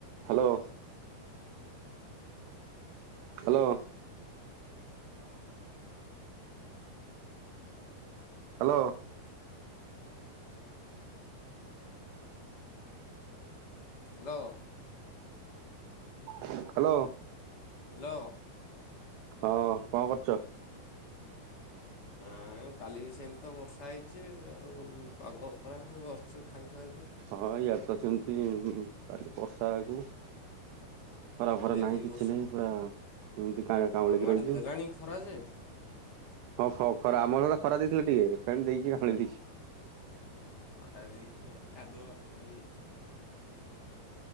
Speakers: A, on the right (about 85°); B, on the left (about 45°).
A: Hello. Hello.
B: Hello.
A: Hello.
B: Hello.
A: Hello.
B: Hello.
A: ହଁ କଣ କରୁଚ?
B: ହଁ। <unintelligible> କାଲି ସେମିତି ତ ବର୍ଷା ହେଇଛି ଆଉ ପାଗ ଖରାପ ବସିଛୁ ଖାଇବାକୁ।
A: ହଁ ଇଆଡ଼େ ତ ସେମିତି କାଲି ବର୍ଷା <unintelligible> ଖରା ଫରା
B: ଡେଲି
A: ନାହିଁ କିଛି
B: ବର୍ଷା
A: ନାହିଁ ପୁରା ଏମତି <unintelligible> କାଉଁଲେଇକି
B: ଆମ
A: ରହିଛି
B: ଆଡ଼େ ଦେଲାଣି ଖରା ଯେ
A: ହଉ ହଉ। ଖରା ଆମର ତ ଖରା ଦେଇଥିଲା ଟିକେ ଫେଣି ଦେଇକି କାଉଁଲେଇ ଦେଇଚି।
B: ଖରା ଦେଇଚି ଯେ କାଦୁଅ ପାଦୁଅ ହେଇଯାଇଚି।